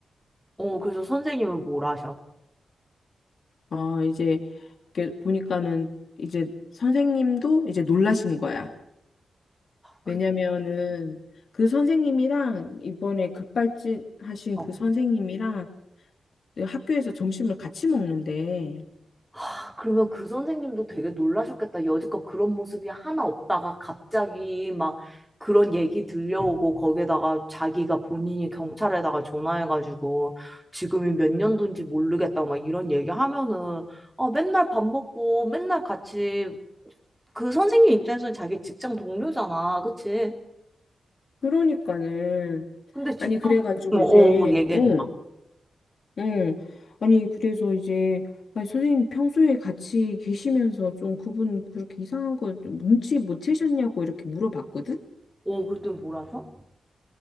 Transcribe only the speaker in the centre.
어, 그래서 선생님은 뭘 하셔?
그,
어,
아, 그러면 그 선생님도 되게 놀라셨겠다. 여지껏 그런 모습이 하나 없다가 갑자기 막 그런 얘기 들려오고 거기에다가 자기가 본인이 경찰에다가 전화해가지고 지금이 몇 년도인지 모르겠다 막 이런 얘기 하면은 아, 맨날 밥 먹고 맨날 같이 그 선생님 입장에서는 자기 직장 동료잖아. 그치?
근데 직장,
어, 어,
얘기해줘봐.
어, 그랬더니 뭐라서?